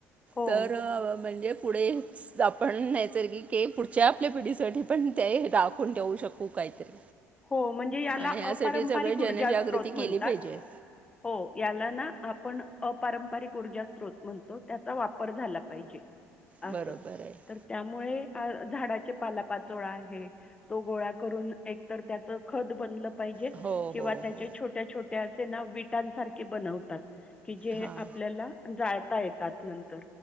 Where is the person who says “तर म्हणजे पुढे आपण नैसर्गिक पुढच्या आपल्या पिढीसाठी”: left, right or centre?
Right